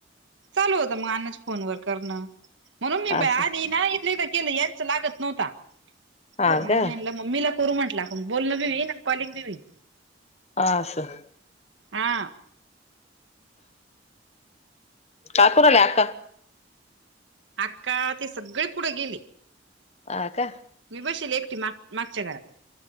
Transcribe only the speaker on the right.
चालू होता मग अण्णाच्या फोनवर करणं. म्हणून मी बाई
आधी ना इथल्या इथे केले. लागत नव्हता.
मग मी
म्हणल मम्मीला करू म्हटल आपण बोलणं बी होईल कॉलिंग बी होईल.
हा.
अक्का ती सगळी पुढं गेली.
मी बशिले एकटी माग मागच्या घरात.